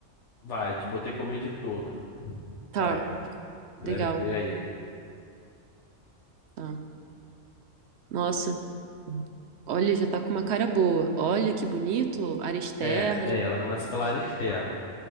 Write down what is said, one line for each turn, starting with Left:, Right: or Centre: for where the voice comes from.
Left: Vai, te botei como editor.
Right: Tá,
Left: Vai,
Right: legal.
Left: deve ver aí.
Right: Tá. Nossa, olha, já tá com uma cara boa. Olha que bonito, área externa.
Left: É, é, ela começa pela área externa.